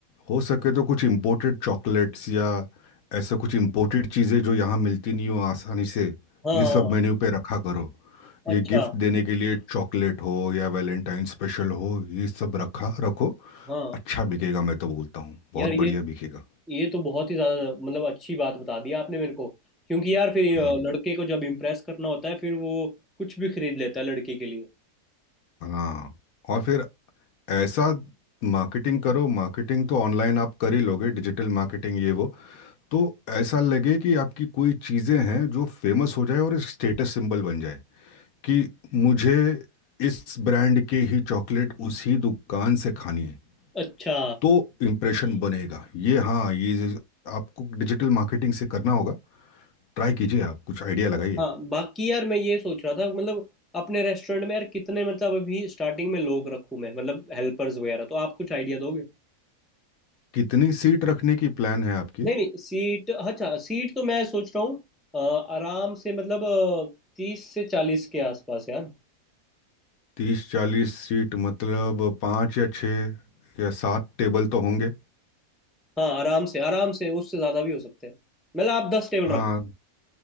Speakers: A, on the left; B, in the centre.
A: हो सके तो कुछ इम्पोर्टेड चॉकलेट्स या ऐसा कुछ इम्पोर्टेड चीज़ें जो यहाँ मिलती नहीं हो आसानी से
B: हाँ
A: ये सब
B: हाँ
A: मेन्यू पे रखा करो ये
B: अच्छा
A: गिफ्ट देने के लिए चॉकलेट हो या वैलेंटाइन स्पेशल हो ये सब रखा रखो
B: हाँ
A: अच्छा बिकेगा मैं तो बोलता हूँ बहुत
B: यार ये
A: बढ़िया बिकेगा
B: ये तो बहुत ही ज़्यादा मतलब अच्छी बात बता दी आपने मेरे को क्योंकि यार फिर
A: हाँ
B: अ, लड़के को जब इम्प्रेस करना होता है फिर वो कुछ भी खरीद लेता है लड़की के लिए
A: हाँ और फिर ऐसा मार्केटिंग करो मार्केटिंग तो ऑनलाइन आप कर ही लोगे डिजिटल मार्केटिंग ये वो तो ऐसा लगे कि आपकी कोई चीज़ें हैं जो फेमस हो जाए और एक स्टेटस सिंबल बन जाए कि मुझे इस ब्रांड के ही चॉकलेट उसी दुकान से खानी है
B: अच्छा
A: तो इम्प्रेशन बनेगा ये हाँ ये आपको डिजिटल मार्केटिंग से करना होगा ट्राई कीजिए आप कुछ आइडिया लगाइए
B: हाँ बाकी यार मैं ये सोच रहा था मतलब अपने रेस्टोरेंट में यार कितने मतलब अभी स्टार्टिंग में लोग रखूं मैं मतलब हेल्पर्स वगैरह तो आप कुछ आइडिया दोगे
A: कितनी सीट रखने की प्लान है आपकी
B: नहीं नहीं सीट अच्छा सीट तो मैं सोच रहा हूँ अ, आराम से मतलब तीस से चालीस के आसपास यार
A: तीस चालीस सीट मतलब पाँच या छः या सात टेबल तो होंगे
B: हाँ आराम से आराम से उससे ज़्यादा भी हो सकते हैं मतलब आप दस टेबल
A: हाँ
B: रखो